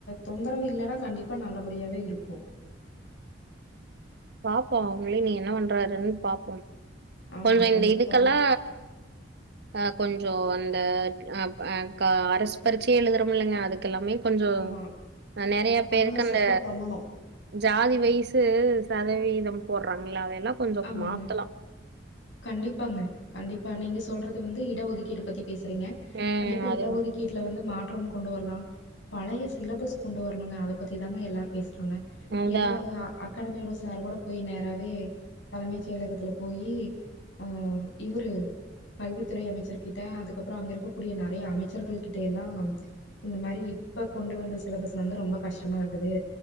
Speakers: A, on the left; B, on the right.
A: தொந்தரவு இல்லன்னா கண்டிப்பா நல்லபடியாவே இருக்கு.
B: பாப்போ அவுங்களையும் இனி என்ன பண்றாருன்னு பாப்போ.
A: ஆமா
B: கொஞ்சோ
A: கண்டிப்பா
B: இந்த இதுக்கெல்லா ஆ கொஞ்சோ வந். இந்த அ பல அரசுபரிட்சை எழுதுறோமுல்லங்க அதுக். கெல்லாமே கொஞ்சோ
A: ஆமா
B: நெறைய
A: பண்ணணு
B: பேருக்கு அந்த
A: சப்போர்ட் பண்ணணு
B: ஜாதி வயிசு. சதவீதம் போடுறாங்கள அதெல்லா.
A: ஆமாங்க
B: மாத்தலா
A: கண்டிப்பாங்க கண்டிப்பா நீங்கச். சொல்றது வந்து இடஒதுக்கீடு பத்தி. பேசுறீங்க
B: ம்
A: கண்டிப்பா
B: அது
A: இடஒதுக்கீட்ல வந்து மாற்றம். கொண்டு வரலா. பழைய சிலபஸ் கொண்டு வரணுங்க அத பத்திதாங்க எல்லாரு பேசுறாங்க.
B: அதா
A: எங்க அக்கடாமியோடஸ். சார் கூட போய் நேராவே. தலைமை செயலகத்துல போயி அ இவரு கல்வித்துறை அமைச்சர்கிட்ட அதுக்கப்புறோ அங்க இருக்கக்கூடிய நெறைய அமைச்சர்கள் கிட்ட எல்லா இந்த மாரி இப்ப கொண்டு வந்த சிலபஸ் வந்து ரொம்ப கஷ்டமா இருக்குது